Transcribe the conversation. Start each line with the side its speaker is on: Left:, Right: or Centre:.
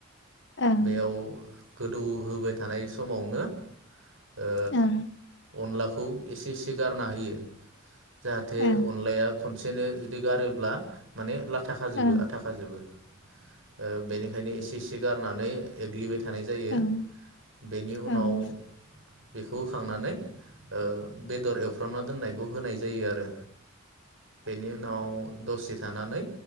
Left: ओं
Right: बेयाव। गोदौ होबाय थानाय समावनो। ओ
Left: ओं
Right: अनलाखौ एसे एसे गारना होयो जाहाथे
Left: ओं
Right: अनलाया खनसेनो जुदि गारो ब्ला माने थाखाजोबो
Left: ओं
Right: आथाखाजोबो ओ बेनिखायनो एसे एसे गारनानै एग्लिबाय थानाय जायो
Left: ओं
Right: बेनि उनाव
Left: ओं
Right: बेखौ होखांनानै ओ बेदर एवफ्रामना दोननायखौ होनाय जायो आरो। बेनि उनाव दसे थानानै